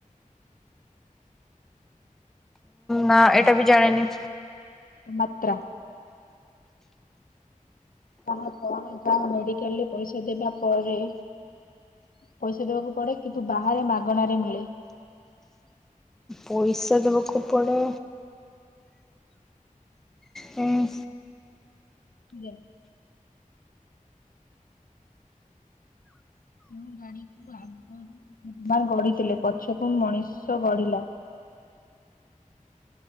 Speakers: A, in the centre; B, on the left.
A: ନା
B: ମାତ୍ରା
A: ଏଟା ବି ଜାଣେନି।
B: ମାତ୍ରା। ତା କଣ ଯା ମେଡିକାଲ ରେ ପଇସା ଦେବା ପରେ ପଇସା ଦେବାକୁ ପଡେ କିନ୍ତୁ ବାହାରେ ମାଗଣାରେ ମିଳେ।
A: ପଇସା ଦେବାକୁ ପଡ଼େ ହୁଁ।
B: ଯାଇ <unintelligible> କେଉ ଗାଡିକୁ ଆଗରୁ ଗଢିଥିଲେ ପଛକୁ ମଣିଷ ଗଢିଲା?